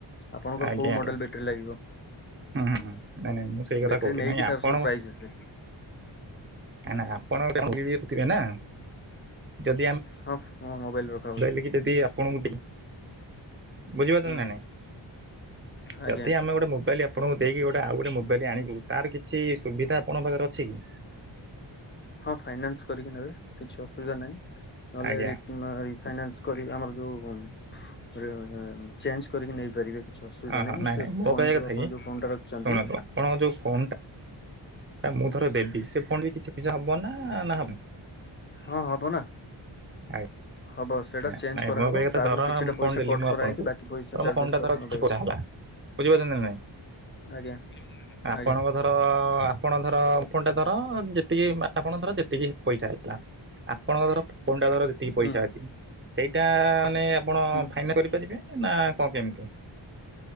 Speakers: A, on the left; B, on the right.
A: ଆପଣଙ୍କର
B: ଆଜ୍ଞା
A: କୋଉ ମଡେଲ
B: ଆଜ୍ଞା
A: ବେଟ ଲାଗିବ,
B: ହୁଁ ହୁଁ ନାଇଁ ନାଇଁ ମୁଁ ସେଇ କଥା
A: ବେଟ୍ରି
B: କହୁଛି
A: ନେଇକି,
B: ନାଇଁ ଆପଣ
A: ତାର ସବୁ ପ୍ରାଇସ ଆସେ।
B: ନାଁ ଆପଣ <unintelligible> ଥିବେ ନା। ଯଦି
A: ହଁ, ମୋ ମୋବାଇଲ ରଖ।
B: ବେଲିକି, ଯଦି ଆପଣଙ୍କୁ ଦେଇ ବୁଝିପାରୁଛନ୍ତି
A: ହଁ
B: ନା ନାଇଁ?
A: ଆଜ୍ଞା
B: ଯଦି ଆମେ ଗୋଟେ ମୋବାଇଲ ଆପଣଙ୍କୁ ଦେଇକି, ଗୋଟେ ଆଉ ଗୋଟେ ମୋବାଇଲ ଆଣିବୁ, ତାର କିଛି ସୁବିଧା ଆପଣଙ୍କ ପାଖରେ ଅଛି କି?
A: ହଁ ଫାଇନାନ୍ସ କରିକି ନେବେ। କିଛି ଅସୁବିଧା ନାହିଁ। ନହେଲେ
B: ଆଜ୍ଞା
A: ରି ଫାଇନାନ୍ସ କରି, ଆମର ଯୋଉ ରେ ଚେଞ୍ଜ କରିକି ନେଇପାରିବେ। କିଛି ଅସୁବିଧା
B: ହଁ,
A: ନାହିଁ
B: ହଁ। ନାଇଁ,
A: ସେ
B: ନାଇଁ। ମୋ
A: ଫୋନ
B: କହିବା
A: ଯୋଉ
B: କଥା
A: ଆପଣ
B: କି,
A: ଯୋଉ ଫୋନ ଟା ରଖିଛନ୍ତି
B: ଶୁଣନ୍ତୁ, ଆପଣଙ୍କ ଯୋଉ ଫୋନ ଟା ମୁଁ, ଧର ଦେବି। ସେ ଫୋନ୍ ବି କିଛି ପଇସା ହବ ନା, ନା ନାହିଁ?
A: ହଁ, ହବ ନା।
B: ଆଏ। ଆଜ୍ଞା,
A: ହବ ସେଇଟା ଚେଞ୍ଜ
B: ନାଇଁ,
A: କରାହବ
B: ମୋ କହିବା କଥା,
A: ତା
B: ଧର,
A: ଦେହରୁ କିଛିଟା
B: ମୁଁ
A: ପଇସା
B: ଫୋନ ଦେଲି
A: କଟ୍
B: ମୁଁ
A: କରାହେଇକି
B: ଆପଣଙ୍କୁ।
A: ବାକି ପଇସା
B: ଧର,
A: ଚାର୍ଜେସ୍
B: ମୋ ଫୋନ୍ଟା ଧର,
A: ଆପଣ
B: କିଛି
A: ଦେବେ
B: ପଇସା ହେଲା। ବୁଝିପାରୁଛନ୍ତି, ନା ନାଇଁ?
A: ଆଜ୍ଞା
B: ଆପଣଙ୍କ
A: ଆଜ୍ଞା
B: ଧର ଆପଣ, ଧର, ଫୋନ୍ଟା ଧର, ଯେତିକି। ଆପଣ, ଧର, ଯେତିକି ପଇସା ହେଲା। ଆପଣଙ୍କ, ଧର, ଫୋନ୍ଟା, ଧର, ଯେତିକି ପଇସା
A: ହୁଁ
B: ଅଛି। ସେଇଟା ମାନେ ଆପଣ
A: ହୁଁ
B: ଫାଇନା କରିପାରିବେ ନା କ କେମିତି?